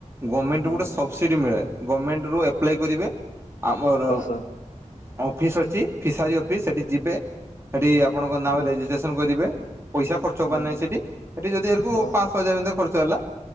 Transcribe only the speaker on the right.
ଗମେଣ୍ଟ
ରୁ ଗୋଟେ ସବ୍ସିଡ୍ ମିଳେ ଗମେଣ୍ଟ ରୁ ଆପ୍ଲାଏ କରିବେ। ମୋର
ଅଫିସ୍ ଅଛି ଫିସାରୀ ଅଫିସ୍ ସେଇଠି ଯିବେ। ସେଠି ଆପଣଙ୍କ ନାଁ
ରେ ରେଜିଷ୍ଟ୍ରେସନ କରିିବେ। ପଇସା ଖର୍ଚ୍ଚ ପବାର
ନାହିଁ ସେଟି ସେଠି ଯଦି ଏରଙ୍କୁ
ପାଞ୍ଚଶହ ହଜାର ଭିତରେ ଖର୍ଚ୍ଚ ହେଲା।